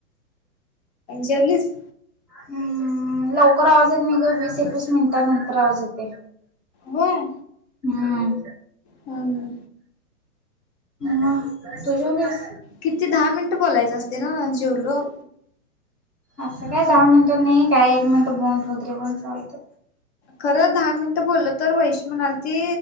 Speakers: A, on the left; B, on the left.
A: जेवलीस
B: हम्म लवकर आवाज येत नाही ग वीस एकवीस मिनिटां नंतर आवाज येते
A: होय
B: हम्म
A: हम्म
B: ह तू जेवलीस
A: किती दहा मिनिटं बोलायच असते ना जेवलो
B: असं काय दहा मिनिट नाही काय एक मिनिट बों ठलत रे पण चालते
A: खरं दहा मिनिटं बोलल तर वहिश म्हणाल की